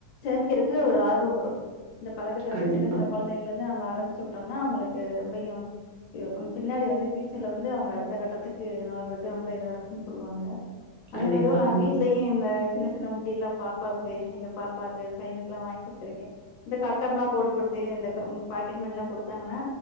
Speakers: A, on the left; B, on the right.
A: சேமிக்குறதுக்கு ஒரு ஆர்வோ வரு இந்த பழக்கத்த வந்து
B: கண்டிப்பா
A: சின்ன சின்ன கொழந்தைகள்ல இருந்து நம்ம ஆரம் ச்சு உட்டம்னா அவுங்களுக்கு ரொம்பயும் ஏ பின்னாடி வந்து ஃபியூச்சர் ல வந்து அவங்க அடுத்த கட்டத்துக்கு நாள்ருக்கு ரொம்ப இதா இருக்குன் சொல்லுவாங்க அந்த
B: கண்டிப்பா
A: மாரிதா நா
B: ம்
A: வீட்லயு இந்த சின்ன சின்ன உண்டில்லா பாப்பாவுக்கு எங்க பாப்பாக்கு பையனுக்குல்லா வாங்கி குடுத்துருக்கே இந்த கட்டம்ல்லா போட்டு குடுத்து இந்த பாக்கெட் மணில்லா குடுத்தாங்கன்னா